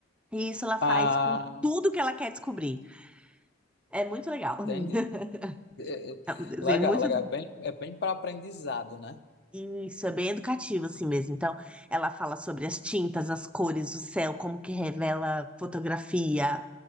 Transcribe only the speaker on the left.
Ah,
entendi. É, é,
Legal,
legal. É bem, é bem para aprendizado, né?